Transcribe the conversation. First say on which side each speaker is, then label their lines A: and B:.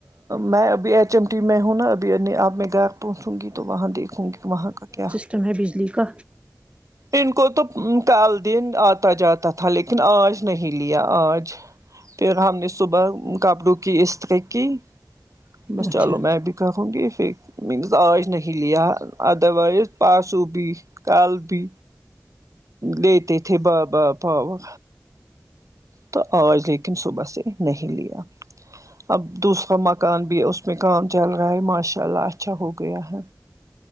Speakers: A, on the right (about 75°); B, on the right (about 20°).
A: میں ابھی ایچ ایم ٹی میں ہوں نا ابھی اب میں گھر پہنچوں گی تو وہاں دیکھوں گی وہاں کا کیا
B: تمہیں بجلی کا
A: ان کو تو کل دن آتا جاتا تھا لیکن آج نہیں لیا آج پھر ہم نے صبح کپڑوں کی استیری کی بس
B: اچھا
A: چلو میں بھی رکھونگی مینز آج نہیں لیا ادھروائیز پانچ سو بیس کل بھی لیتے تھے بابا پاو تو آج لیکن صبح سے نہیں لیا اب دوسرا مکان بھی ہے اس میں کام چل رہا ہے ماشاء اللہ اچھا ہو گیا ہے